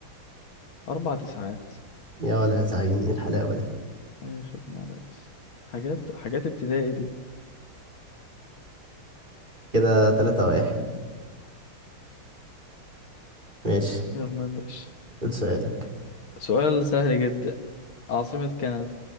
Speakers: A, on the left; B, on the right.
A: اربع تسعات
B: يا ولا يا زعيم ايه الحلاوة دي
A: اي خدمه يا ريس حاجات حاجات ابتدائي دي
B: كده تلاتة واحد ماشي
A: يلا يا باشا
B: قول سؤالك
A: سؤال سهل جدا عاصمه كندا